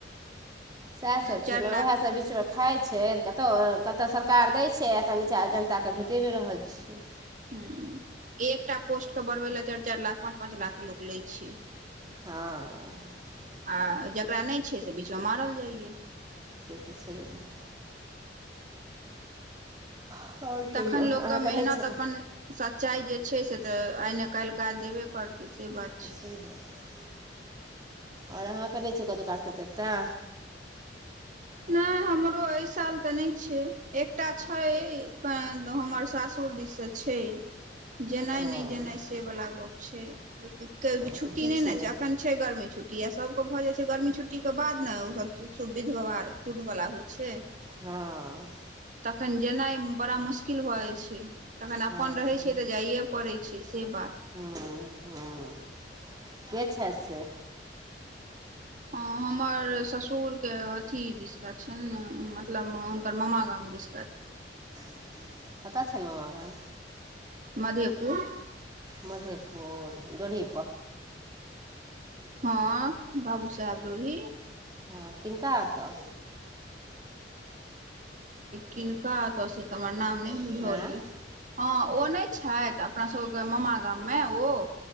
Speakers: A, on the right; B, on the right.
A: सएह सभ छै
B: चारि
A: ने
B: लाख
A: उएहसभ बीचमे खाइ छै त कतहु कतय सरकार दै छै आखन निचाँ जनताकेँ भेटि नहि रहल छ
B: ह एकटा पोस्ट के बढ़बै लए चारि चारि लाख पाँच पाँच लाख लै छै
A: हँ।
B: आ जकरा नहि छै से बीचमे मारल जाइये
A: से तऽ छैै हे आओर
B: तखन
A: कहियौ
B: लोकके
A: अहाँके
B: मेहनत
A: नहि छै
B: अपन सच्चाइ जे छै, से तऽ आइ नहि काल्हि। काज देबे करतै से बात छै
A: ठीक है आओर अहाँकेँ नहि छै कतौ काज करतैब तऽ
B: नहि हमरो एहि साल तऽ नहि छै। एकटा छै हमर सासुरजीसँ छै जेनाइ
A: ओ
B: नहि जेनाइ से वाल गप छै ओ कऽ अभी छुट्टी
A: तऽ की
B: नै
A: छियै
B: न छै अखन छै गर्मी छुट्टी आर सभके भऽ जाइ छै गर्मी छुट्टीके बाद ने ओ सभ सुविध व्यवहार सूधवला होइ छै।
A: हँ।
B: तखन जेनाइ बड़ा मुश्किल भऽ जाइ छै। तखन
A: हँ
B: अपन रहै छै तऽ जाइए पड़ै छै सँ बात
A: ह, ह के छैथ से
B: हमर ससुरके अथी विसक छल ने मतलब ओकर मामा गाम दिस
A: <inaudible> कत छैन मामा गाम
B: मधेपुर।
A: मधेपुर डोड़ी
B: हँ, बाबू साहेब डोरी।
A: हँ, किनका आतौ
B: किनका एतऽ से तऽ हमर नाम नहि बुझले
A: आँय
B: हँ ओ नहि छथि आब अपना सभके मामा गाममे ओ